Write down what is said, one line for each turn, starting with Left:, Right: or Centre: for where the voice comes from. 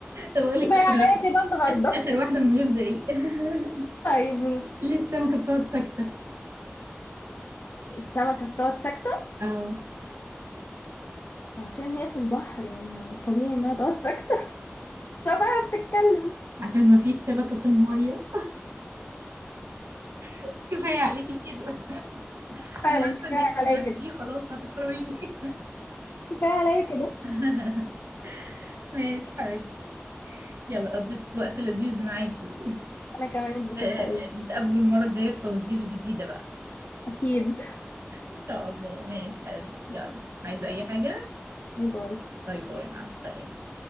Right: طب اقول لك
Left: كفايه
Right: اخر
Left: عليا
Right: واحده
Left: كده النهارده
Right: اخر
Left: <laughs>
Right: واحده من غير زعيق <laughs>
Left: طيب ماشي
Right: ليه السمكة بتقعد ساكتة
Left: السمكه بتقعد ساكته
Right: اه
Left: عشان هي في البحر يعني طبيعي انها تقعد ساكته <laughs> مش هتعرف تتكلم
Right: عشان مفيش شبكة في المية <laughs> كفاية عليكي كده <laughs>
Left: فعلا
Right: انا عارفه
Left: كفايه
Right: ان انت
Left: عليا
Right: بعد
Left: كده
Right: دي خلاص هتكرهيني
Left: كفايه عليا كده
Right: <laughs> ماشي حبيبتي يلا قضيت وقت لذيذ معاكي
Left: انا كمان اتبسطت
Right: آه،
Left: قوي
Right: نتقابلوا المرة الجاية بفوازير جديدة بقى
Left: اكيد
Right: إن شاء الله ماشي حبيبتي يلا عايزة أي حاجة
Left: باي باي
Right: باي باي مع السلامة